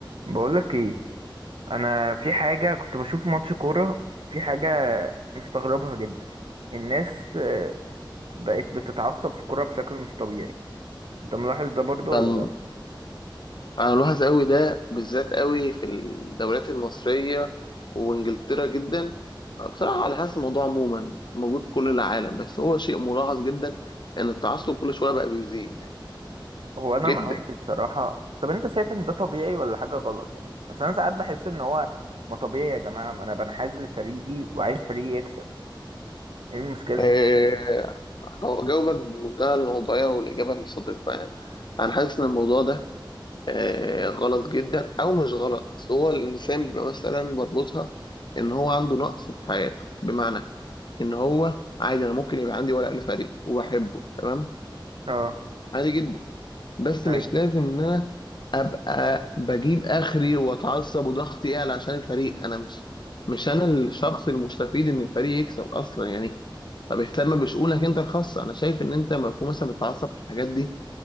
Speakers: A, on the right; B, on the left.
A: بقولك ايه انا في حاجه كنت بشوف ماتش كوره في حاجه مستغربها جدا الناس آه، بقت بتتعصب في الكوره بشكل مش طبيعي انت ملاحظ ده برضو
B: ده
A: ولا
B: م-
A: لا
B: انا ملاحظ قوي ده بالذات قوي في الدوريات المصريه وانجلترا جدا بصراحه على حسب الموضوع عموما موجود في كل العالم بس هو شيء ملاحظ جدا ان التعصب كل شويه بقى بيزيد
A: هو انا
B: جدا
A: معاك الصراحه طب انت شايف ان ده طبيعي ولا حاجه غلط يعني اصل انا ساعات بحس ان هو ما طبيعي يا جماعه ما انا بنحاز لفريقي وعايز فريقي يكسب ايه المشكله
B: آه، هو جاوبك بمنتهى الموضوعيه والاجابه الصادقه يعني انا حاسس ان الموضوع ده آه، غلط جدا او مش غلط بس هو الانسان بيبقى مثلا بربطها ان هو عنده نقص في حياته بمعنى ان هو عادي انا ممكن يبقى عندي ورق لفريق وبحبه تمام
A: اه
B: عادي جدا بس
A: ايوه
B: مش لازم ان انا ابقى بجيب اخري واتعصب وضغطي يعلى عشان الفريق انا مش مش انا الشخص المستفيد ان الفريق يكسب اصلا يعني طب اهتم بشؤونك انت الخاصه انا شايف ان انت لما تكون مثلا بتتعصب في الحاجات دي